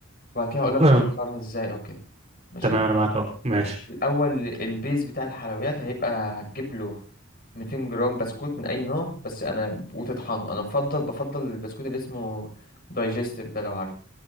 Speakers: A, on the left; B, on the right.
A: وبعد كده هقول لك
B: تمام
A: تحضرها
B: <clears throat> أقول-
A: ازاي او كده ماشي
B: تمام، انا معاك اهو ماشي
A: الاول البيز بتاع الحلويات هيبقى هتجيب له 200 جرام بسكوت من اي نوع بس انا وتطحنه انا مفضل بفضل البسكوت اللي اسمه دايجستيف ده لو عارفه